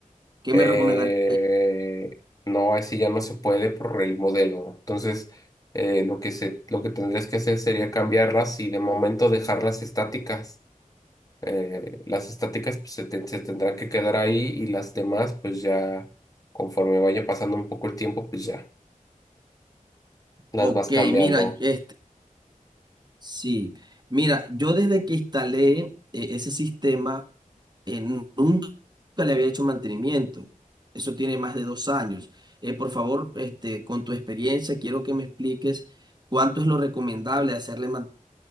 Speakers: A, on the right (about 30°); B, on the left (about 25°).
A: ¿Qué
B: Eh,
A: me recomendarías?
B: no, así ya no se puede por el modelo. Entonces, eh, lo que se, lo que tendrías que hacer sería cambiarlas y de momento dejarlas estáticas. Eh, las estáticas pues, se, te- se tendrán que quedar ahí y las demás, pues ya conforme vaya pasando un poco el tiempo, pues ya las
A: Ok,
B: vas cambiando.
A: mira, este, sí. Mira, yo desde que instalé eh, ese sistema, eh, nu- nunca le había hecho mantenimiento. Eso tiene más de dos años. Eh, por favor, este, con tu experiencia, quiero que me expliques cuánto es lo recomendable hacerle